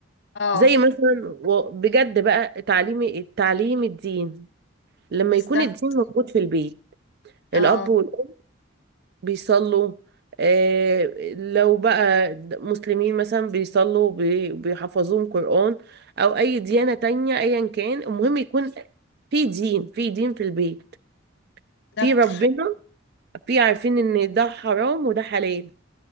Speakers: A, on the left; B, on the right.
A: اه
B: زي مثلا و- بجد بقى تعليم التعليم الدين لما
A: بالظبط
B: يكون الدين موجود في البيت
A: اه
B: الأب والأم بيصلوا آه لو بقى مسلمين مثلا بيصلوا بي- بيحفظوهم قرآن أو أي ديانة تانية أيا كان المهم يكون في دين في دين في البيت
A: بالظبط
B: في ربنا في عارفين إن ده حرام وده حلال